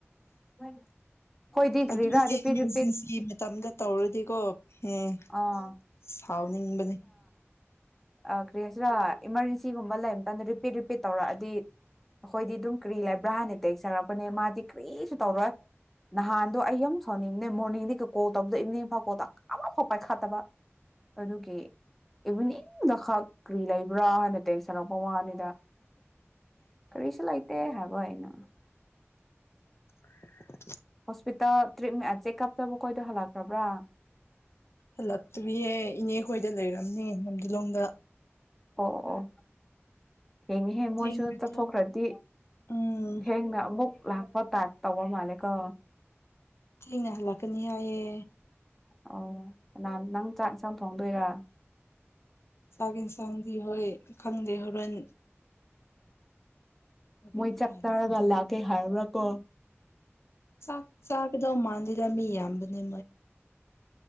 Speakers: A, in the centre; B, on the left (about 60°).
A: ꯑꯩꯈꯣꯏꯗꯤ ꯀ꯭ꯔꯤꯔꯥ
B: ꯑꯗꯨꯅꯦ
A: ꯔꯤꯄꯤꯠ
B: ꯏꯃꯥꯔꯖꯦꯟꯁꯤ
A: ꯔꯤꯄꯤꯠ
B: ꯃꯇꯝꯗ ꯇꯧꯔꯗꯤꯀꯣ ꯎꯝ
A: ꯑꯥ
B: ꯁꯥꯎꯅꯤꯡꯕꯅꯤ
A: ꯑ ꯀ꯭ꯔꯤ ꯍꯥꯏꯁꯤꯔ ꯏꯃꯔꯖꯦꯟꯁꯤ ꯁꯤꯒꯨꯝꯕ ꯂꯩꯔꯝꯇꯗ ꯔꯤꯄꯤꯠ ꯔꯤꯄꯤꯠ ꯇꯧꯔꯛꯑꯗꯤ ꯑꯩꯈꯣꯏꯗꯤ ꯑꯗꯨꯝ ꯀ꯭ꯔꯤ ꯂꯩꯥꯕ꯭ꯔ ꯍꯥꯢꯅ ꯇꯦꯛꯁ ꯊꯥꯔꯛ ꯃꯥꯅꯦ ꯃꯥꯗꯤ ꯀꯔꯤꯁꯨ ꯇꯧꯔꯣꯏ ꯅꯍꯥꯟꯗꯣ ꯑꯩ ꯌꯝ ꯁꯧꯅꯤꯡ ꯃꯣꯔꯅꯤꯡꯗꯒꯤ ꯀꯣꯜ ꯇꯧꯕꯗꯣ ꯏꯚꯤꯅꯤꯡ ꯐꯥꯎ ꯀꯣꯜ ꯇꯧ ꯑꯃꯛ ꯐꯥꯎ ꯄꯥꯏꯈꯥꯠꯇꯕ ꯑꯗꯨꯒꯤ ꯏꯚꯤꯅꯤꯡꯗ ꯈꯛ ꯀꯔꯤ ꯂꯩꯕ꯭ꯔꯥ ꯍꯥꯏꯅ ꯇꯦꯛꯁ ꯊꯔꯛꯄ ꯋꯥꯅꯤ ꯀꯔꯤꯁꯨ ꯂꯩꯇꯦ ꯍꯥꯏ ꯋꯥꯏꯅ
B: <unintelligible>
A: ꯍꯣꯁꯄꯤꯇꯥꯜ ꯇꯔꯤꯃꯦꯠ ꯆꯦꯛꯀꯞ ꯇꯕꯨ ꯀꯣꯏꯗ ꯍꯜꯂꯛꯈ꯭ꯔꯕ꯭ꯔꯥ
B: ꯍꯜꯂꯛꯇ꯭ꯔꯤꯌꯦ ꯏꯅꯦ ꯍꯣꯏꯗ ꯂꯩꯔꯝꯅꯦ ꯂꯝꯗꯤꯂꯣꯡꯗ
A: ꯑꯣ ꯑꯣ ꯊꯦꯡꯉꯤꯍꯦ ꯃꯣꯏꯁꯨ
B: ꯊꯦꯡꯅ
A: ꯇꯠꯊꯣꯛꯈ꯭ꯔꯗꯤ
B: ꯊꯣꯛ ꯎꯝ
A: ꯊꯦꯡꯅ ꯑꯃꯨꯛ ꯂꯥꯛꯄ ꯇꯥꯢꯞ ꯇꯧꯕ ꯃꯥꯜꯂꯦ ꯀꯣ
B: ꯊꯦꯡꯅ ꯍꯜꯂꯛꯀꯅꯤ ꯍꯥꯏꯌꯦ
A: ꯑꯣ ꯀꯅꯥ ꯅꯪ ꯆꯥꯛ ꯌꯦꯟꯁꯥꯡ ꯊꯣꯡꯗꯣꯏꯔ
B: ꯆꯥꯛ ꯏꯟꯁꯥꯡꯗꯤ ꯍꯣꯏ ꯈꯪꯗꯦ ꯍꯣꯔꯦꯟ ꯍꯣꯔꯦꯟ
A: ꯃꯣꯏ ꯆꯥꯛꯆꯥꯔꯒ
B: ꯍꯜꯂꯛꯄ ꯆꯥꯛꯅꯤ
A: ꯂꯥꯛ ꯀꯩ ꯍꯥꯏꯔ꯭ꯔꯀꯣ
B: ꯆꯥꯛ ꯆꯥꯛꯒꯗꯧ ꯃꯟꯗꯦꯗ ꯃꯤ ꯌꯥꯕꯅꯦ